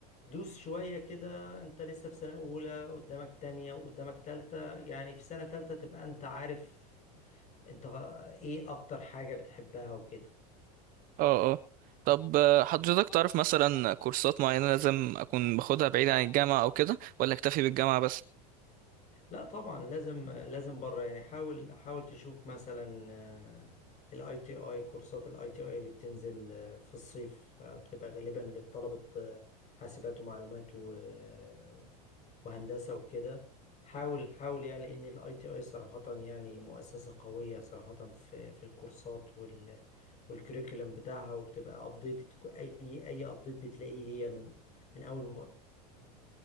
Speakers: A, on the left (about 35°); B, on the right (about 45°).
A: دوس شويه كده انت لسه في سنه اولى قدامك تانية وقدامك تالتة يعني في سنه تالتة تبقى انت عارف انت ايه اكتر حاجه بتحبها وكده
B: اه اه طب آه، حضرتك تعرف مثلا كورسات معينة لازم أكون باخدها بعيد عن الجامعة أو كده ولا أكتفي بالجامعة بس؟
A: لا طبعا لازم لازم بره يعني حاول حاول تشوف مثلا الاي تي اي كورسات الاي تي اي اللي بتنزل آه، في الصيف آه، بتبقى غالبا للطلبة آه، حاسبات ومعلومات و- آه، وهندسة وكده حاول حاول يعني لان الاي تي اي صراحة يعني مؤسسة قوية صراحة في في الكورسات وال والكريكولم بتاعها وبتبقى ابديت اي اي ابديت بتلاقيه هي من من اول